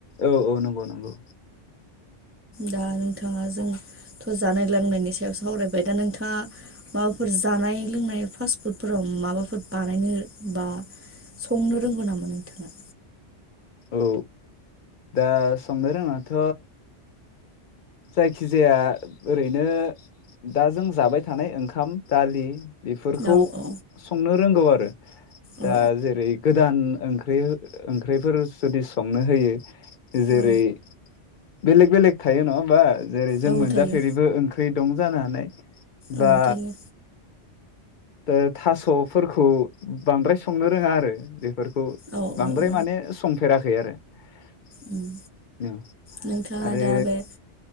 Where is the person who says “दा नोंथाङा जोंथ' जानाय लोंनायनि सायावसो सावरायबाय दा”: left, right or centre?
Right